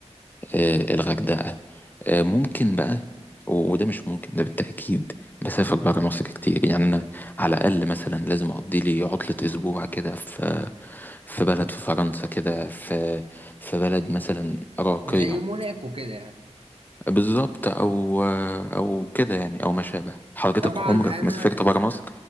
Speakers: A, on the left; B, on the right.
A: آه، الغردقة آه، ممكن بقى و- وده مش ممكن ده بالتأكيد بسافر برا مصر كتير يعني أنا على الأقل مثلا لازم أقضي لي عطلة أسبوع كده في في بلد في فرنسا كده في في بلد مثلا راقية
B: زي موناكو كده يعني.
A: بالظبط او او كده يعني او ما شابه حضرتك
B: طبعا
A: عمرك
B: انا
A: ما سافرت بره مصر